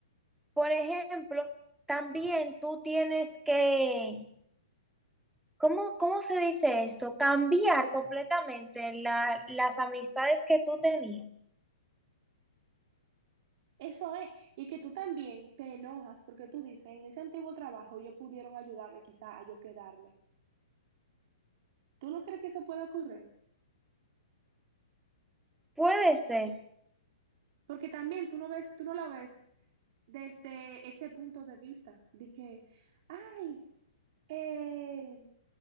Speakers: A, in the centre; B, on the right (about 45°).
A: por ejemplo, también tú tienes que ¿Cómo, cómo se dice esto? Cambiar completamente la- las amistades que tú tenías.
B: Eso es, y que tú también te enojas porque tú dices, en ese antiguo trabajo ellos pudieron ayudarme quizá a yo quedarme. ¿Tú no crees que eso pueda ocurrir?
A: Puede ser.
B: Porque también tú no ves, tú no la ves desde ese punto de vista, de que, ay, eh,